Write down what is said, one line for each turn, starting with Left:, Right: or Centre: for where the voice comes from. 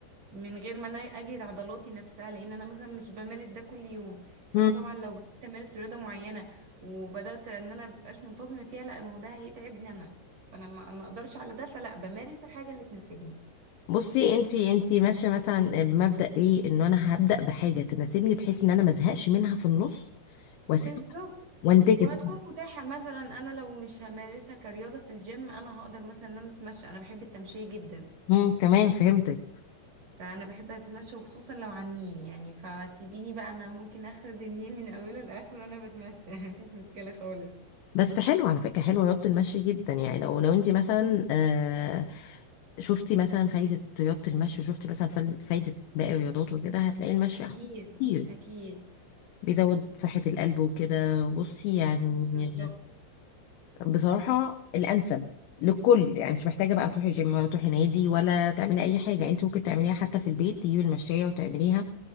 Right: من غير ما انا اجهد عضلاتي نفسها لان انا مثلا مش بمارس ده كل يوم فانا
Left: مم.
Right: طبعا لو بدات امارس رياضه معينه وبدات ان انا مبقاش منتظمه فيها لا ما هو ده هيتعبني انا فانا ما ما اقدرش على ده فلا بمارس الحاجه اللي تناسبني
Left: بصي انت انت ماشية مثلا بمبدأ ايه ان انا هبدأ بحاجة تناسبني بحيث ان انا ما ازهقش منها في النص
Right: بالظبط
Left: واسيب وانتكس
Right: وهتكون متاحه مثلا انا لو مش همارسها كرياضه في الجيم انا هقدر مثلا ان انا اتمشى انا بحب التمشيه جدا
Left: امم تمام فهمتك
Right: فانا بحب اتمشى وخصوصا لو على النيل يعني فسيبيني بقى انا ممكن اخد النيل من اوله لاخره وانا بتمشى <laughs> مفيش مشكله خالص
Left: بس حلو على فكرة حلو رياضة المشي جدا يعني لو لو انت مثلا آه شفتي مثلا فايدة رياضة المشي وشفتي مثلا فل- فايدة باقي الرياضات وكده هتلاقي المشي
Right: اكيد
Left: احسن كتير
Right: اكيد
Left: بيزود صحة القلب وكده بصي يعني
Right: بالظبط
Left: بصراحة الأنسب للكل يعني مش محتاجة بقى تروحي جيم ولا تروحي نادي ولا تعملي أي حاجة انت ممكن تعمليها حتى في البيت تجيبي المشاية وتعمليها